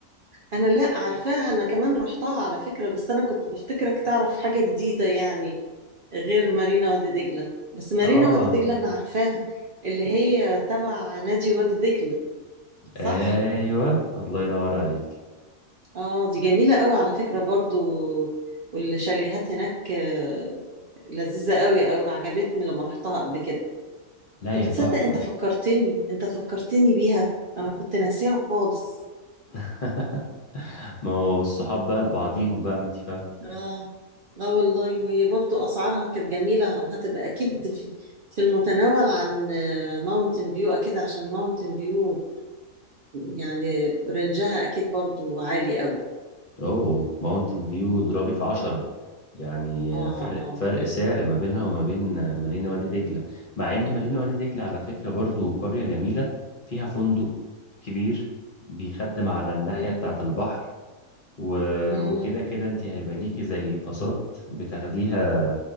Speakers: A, on the right; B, on the left.
A: انا لا عارفاها انا كمان رحتها على فكرة بس انا كنت بفتكرك تعرف حاجة جديدة يعني غير مارينا وادي دجلة بس مارينا
B: اه
A: وادي دجلة انا عارفاها اللي هي تبع نادي وادي دجلة صح
B: أيوه الله ينور عليك
A: اه دي جميلة قوي على فكرة برضو والشاليهات هناك آه، لذيذة قوي قوي عجبتني لما رحتها قبل كده
B: لا
A: طب
B: هي
A: تصدق
B: تحفة
A: انت فكرتني انت فكرتني بيها انا كنت ناسيها خالص
B: <laughs> ما هو الصحاب بقى لبعضيهم بقى ما انت فاهم
A: اه اه والله وهي برضو اسعارها كانت جميله وهتبقى اكيد في, في المتناول عن ماونتن فيو اكيد عشان ماونتن فيو يعني رنجها اكيد برضو عالي قوي
B: اوه ماونتن فيو ضربي في عشرة يعني
A: اه
B: فرق
A: اه
B: فرق سعر ما بينها وما بين مارينا وادي دجلة مع ان مارينا وادي دجلة على فكرة برضو قرية جميلة فيها فندق كبير بيخدم على الناحية
A: امم
B: بتاعة البحر و-
A: امم
B: وكده كده انت هيبقى ليكي زي باصات بتاخديها